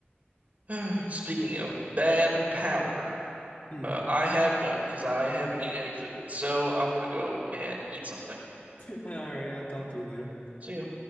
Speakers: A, on the right; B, on the left.
A: <sighs> Speaking of bad power,
B: Mm-hmm.
A: uh, I have done because I haven't eaten any food, so I'm gonna go and eat something.
B: <laughs> All right, I'll talk to you later.
A: See ya.